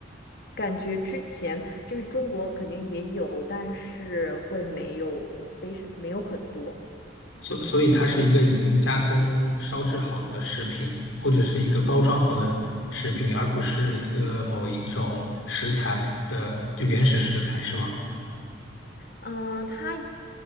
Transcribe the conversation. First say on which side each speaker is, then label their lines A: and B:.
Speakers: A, on the left; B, on the left.
A: 感觉之前就是中国肯定也有，但是会没有非常没有很多。
B: 所所以它是一个已经加工烧制好的食品，或者是一个包装好的食品，而不是一个某一种食材的就原始食材，是吗？
A: 嗯，它以